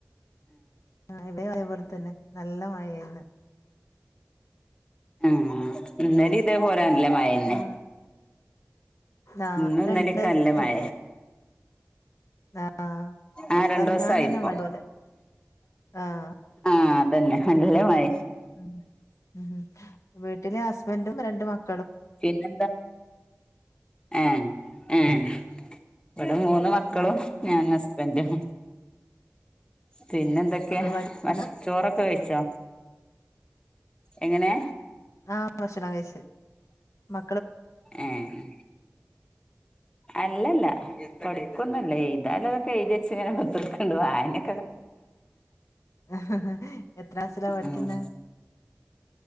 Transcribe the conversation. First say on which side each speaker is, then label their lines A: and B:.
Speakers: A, on the left (about 75°); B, on the left (about 15°).
A: ആഹ് ഇവടെ അതുപോലെ തന്നെ നല്ല മഴായിന്ന്
B: ആഹ് ഇന്നെല ഇതേ പോരാ നല്ലേ മഴന്നെ
A: ആഹ് നാ
B: ഇന്നും ഇന്നാലോക്കെ
A: രണ്ടൂസം
B: നല്ല മഴ
A: പിന്നെ ആഹ് പൊറത്തെറങ്ങാൻ
B: ആഹ് രണ്ടോസായി
A: തന്നെ
B: പ്പം
A: മടി പോലെ ആഹ്
B: ആഹ് അതന്നെ നല്ല മഴ
A: ഉമ് ഉമ് വീട്ടിലെ ഹസ്ബന്റും രണ്ട് മക്ക
B: പിന്നെന്താ ഏഹ് ഏഹ് ഇവടെ മൂന്ന് മക്കളും
A: ആഹ്
B: ഞാനും ഹസ്ബന്റും പിന്നെന്തൊക്കെയ
A: മക്കള് പഠിക്കുന്ന
B: മശ് ചോറൊക്കെ കഴിച്ചോ എങ്ങനെ
A: ആഹ് ഭക്ഷണം കഴിച്ച് മ
B: ഏഹ് അല്ലല്ല പഠിക്കുന്നില്ല എഴുതാനുള്ളതൊക്കെ ച്ചി ഇങ്ങനെ ഇങ്ങനെ കുത്തിയിരിക്കുന്നു. വായന
A: ആഹ് എത്രാസിലാ പഠിക്കുന്ന.
B: ഉം